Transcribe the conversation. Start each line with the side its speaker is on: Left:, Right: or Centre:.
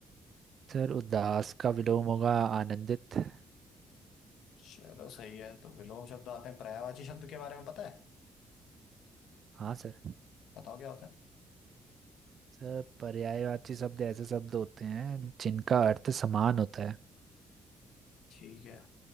Right: सर उदास का विलोम होगा आनंदित
Left: चलो सही है तो विलोम शब्द आते हैं पर्यायवाची शब्द के बारे में पता है
Right: हाँ सर
Left: बताओ क्या होता है
Right: सर पर्यायवाची शब्द ऐसे शब्द होते हैं जिनका अर्थ समान होता है
Left: ठीक है